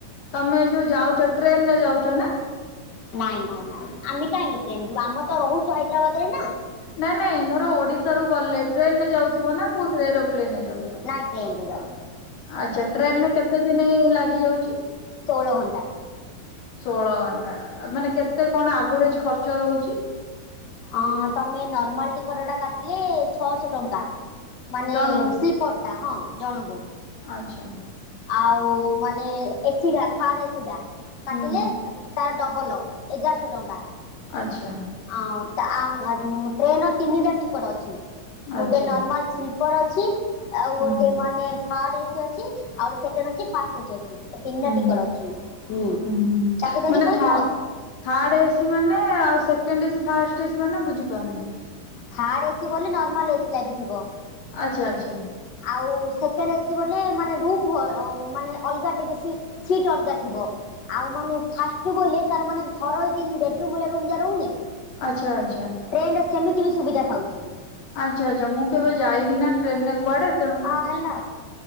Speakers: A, on the left; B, on the left.
A: ତମେ ଯୋଉ ଯାଉଚ ଟ୍ରେନ ରେ ଯାଉଚ ନା।
B: ନାଇଁ, ନାଇଁ, ନାଇଁ ଆମେ କାହିଁକି ଟ୍ରେନ ଯିବୁ ଆମ ତ ରହୁଚୁ ହାଇଦ୍ରାବାଦ ରେ ନା।
A: ନାଇଁ, ନାଇଁ ଧର ଓଡ଼ିଶା ରୁ ଗଲେ ଟ୍ରେନରେ ଯାଉଥିବ ନା କୋଉ ଧି ଏରୋପ୍ଲେନରେ ଯାଉଚ।
B: ଆଁ ଟ୍ରେନରେ ଯାଉଚୁ।
A: ଆଚ୍ଛା ଟ୍ରେନରେ କେତେ ଦିନ ଲାଗି ଯାଉଚି।
B: ଷୋଳ ଘଣ୍ଟା।
A: ଷୋଳ ଘଣ୍ଟା ମାନେ କେତେ କଣ ଆଭରେଜ ଖର୍ଚ୍ଚ ରହୁଚି।
B: ଆଁ ତମେ ନର୍ମାଲ ଟିକଟଟା କାଟିଲେ ଛଅଶହ ଟଙ୍କା ମାନେ
A: ଜଣଙ୍କୁ?
B: ସ୍ଲିପର୍ ହଁ ଜଣକୁୁ।
A: ଆଚ୍ଛା।
B: ଆଉ ମାନେ ଏସିଡ଼ା ଥାର୍ଡ ଏସିଡ଼ା
A: ହୁଁ
B: କାଟିଲେ ତାର ଡବଲ ଏଗାରଶ ଟଙ୍କା।
A: ଆଚ୍ଛା।
B: ଆଁ, ଆଁ ଟ୍ରେନର ତିନିଟା ଟିକଟ ଅଛି ଗୋଟେ
A: ଆଚ୍ଛା
B: ନର୍ମାଲ ସ୍ଲିପର୍ ଅଛି ଆଉ
A: ହୁଁ
B: ଗୋଟେ ମାନେ ଥାର୍ଡ଼ ଏସିି ଅଛି ଆଉ ଗୋଟେ ସେକେଣ୍ଡ ଅଛି ଫାଷ୍ଟ ଏସି ଅଛି। ଏ ତିନିଟା
A: ହୁଁ
B: ଟିକଟ ଅଛି ହୁଁ
A: ହୁଁ
B: ତାକୁ ଧରି
A: ମାନେ
B: ପଇସା
A: ଥା ଥାର୍ଡ ଏସିି ମାନେ ଆଉ ସେକେଣ୍ଡ ଏସି ଫାର୍ଷ୍ଟ ଏସି ମାନେ ବୁଝି ପାରୁନି।
B: ଥାର୍ଡ଼ ଏସି ବୋଲି ନର୍ମାଲ ଏସି ଲାଗିଥିବ।
A: ଆଚ୍ଛା, ଆଚ୍ଛା।
B: ଆଉ ସେକେଣ୍ଡ ଏସି ବୋଲେ ମାନେ ରୁମ୍ ଭମ୍ ମାନେ ଅଲଗାେ ବି ସିଟ୍ ଅଲଗା ଥିବ‌। ଆଉ ମାନେ ଫାଷ୍ଟ ବୋଲେ ତାର ମାନେ ଘରେଇ ତିନି ବେଡ଼ ରୁମ ରହୁନି।
A: ଆଚ୍ଛା, ଆଚ୍ଛା।
B: ଟ୍ରେନରେ ସେମିତି ବି ସୁବିଧା ଖାଉଚି।
A: ଆଚ୍ଛା, ଆଚ୍ଛା ମୁଁ କେବେ ଯାଇନି ନା ଟ୍ରେନ ରେ କୁଆଡ଼େ।
B: ହଁ ହେଲା,